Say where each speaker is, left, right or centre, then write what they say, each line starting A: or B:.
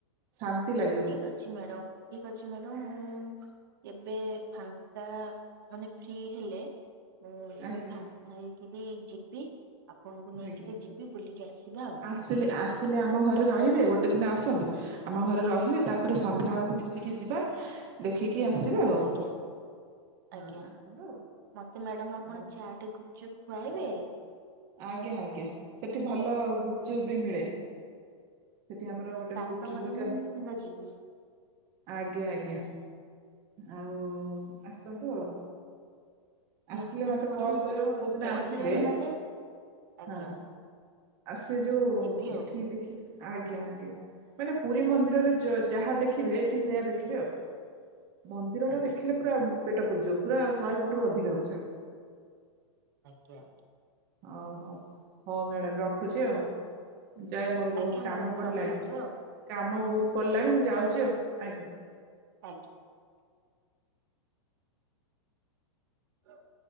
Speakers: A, on the right; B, on the right.
A: ଶାନ୍ତି ଲାଗେବ।
B: ଠିକ ଅଛି ମ୍ୟାଡମ୍, ଠିକ ଅଛି ମ୍ୟାଡମ ମୁଁ କେବେ ଫାଙ୍କା ମାନେ ଫ୍ରି ହେଲେ କେବେ
A: ଆଜ୍ଞା
B: ଫା ଖାଇକିରି ଯିବି ଆପଣଙ୍କୁ ନେଇକିରି
A: ଆଜ୍ଞା।
B: ଯିବି ବୁଲିକି ଆସିବା ଆଉ।
A: ଆସିଲେ ଆସିଲେ ଆମ ଘରେ ରହିବେ ଗୋଟେ ଦିନ ଆସନ୍ତୁ। ଆମ ଘରେ ରହିବେ ତାପରେ ସନ୍ଧ୍ୟାବେଳକୁ ମିଶିକି ଯିବା। ଦେଖିକି ଆସିବେ ଆଉ
B: ଆଜ୍ଞା
A: ହଁ
B: ଆଜ୍ଞା,
A: ଆସନ୍ତୁ
B: ମତେ ମ୍ୟାଡାମ ଆପଣ
A: ଆଉ
B: ଚାଟ ଗୁପଚୁପ ଖୁଆବେ
A: ଆଜ୍ଞା, ଆଜ୍ଞା ସେଠି ଭଲ ଗୁପଚୁପ ବି ମିଳେ। ସେଠି ଆମର ଗୋଟେ
B: ତାହେଲେ
A: ଗୁପଚୁପ
B: ତ ମ୍ୟାଡାମ
A: ବିକାନ୍ତି
B: ମୁଁ ନିଶ୍ଚିନ୍ତ ଯିବି
A: ଆଜ୍ଞା, ଆଜ୍ଞା ଆଉ ଆସନ୍ତୁ ଆଉ ଆସିଲେ
B: ନିଶ୍ଚିନ୍ତ
A: ମତେ
B: ମ୍ୟାଡାମ
A: କଲ୍
B: ମୁଁ
A: କରିବେ
B: ତ
A: କୋଉ ଦିନ
B: କହିଲେଣି
A: ଆସିବେ।
B: ମାନେ ଆଜ୍ଞା
A: ହଁ ଆସେ ଯୋଉ
B: ଯିବି ଆଉ
A: ଏଠି ଦେଖି ଆଜ୍ଞା ଆଜ୍ଞା ମାନେ ପୁରୀ ମନ୍ଦିରରେ ଯା ଯାହା ଦେଖିବେ ଏଠି ସେୟା ଦେଖିବେ ଆଉ ମନ୍ଦିର
B: ଆଜ୍ଞା
A: ଟା ଦେଖିଲେ ପୁରା ପେଟ ପୁଡିଯିବ ପୁରା ଶହେ ଫୁଟ୍ ରୁ ଅଧିକା ଉଚ୍ଚା।
B: ଆଜ୍ଞା।
A: ଆଉ ହଉ ହଉ ମ୍ୟାଡ଼ାମ ରଖୁଛି ଆଉ ଯାଏ ମୋର ବହୁତ
B: ଆଜ୍ଞା
A: କାମ
B: ମ୍ୟାଡାମ
A: ପଡ଼ିଲାଣି
B: ରଖନ୍ତୁ ଆଉ
A: କାମ ବହୁତ ପଲାଣି ମୁଁ ଯାଉଛି ଆଉ ଆଜ୍ଞା।
B: ଆଜ୍ଞ ହ <inaudible>